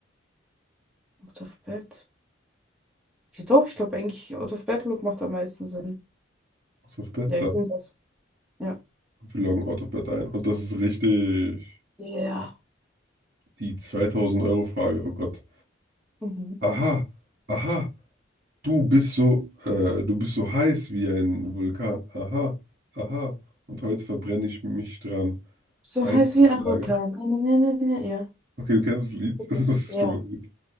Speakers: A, in the centre; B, on the right.
A: Out of Bed. Ja, doch, ich glaube eigentlich, Out of Bed Look macht am meisten Sinn.
B: Out of Bed,
A: Ja,
B: da.
A: ich nehme das. Ja.
B: Wir loggen Out of Bed ein. Und das ist richtig.
A: Ja.
B: Die zweitausend euro frage oh Gott.
A: Mhm.
B: Aha, aha, du bist so, äh, du bist so heiß wie ein Vulkan. Aha, aha. Und heute verbrenne ich mich dran.
A: So
B: Heiße
A: heiß wie ein
B: Frage.
A: Orkan. Ne, ne, ne, ne, ne. Ja.
B: Okay, du kennst das Lied.
A: <laughs>
B: <laughs> Das ist
A: Ja.
B: schon mal gut.